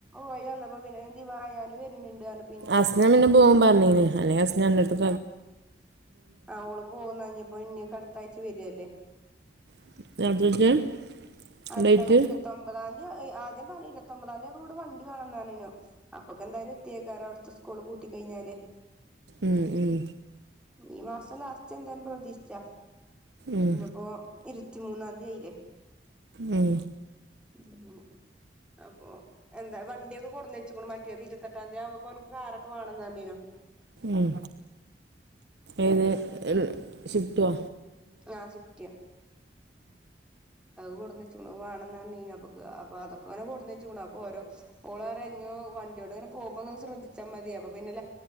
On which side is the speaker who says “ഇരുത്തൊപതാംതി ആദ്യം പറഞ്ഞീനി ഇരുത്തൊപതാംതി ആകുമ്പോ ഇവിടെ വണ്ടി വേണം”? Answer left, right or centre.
Centre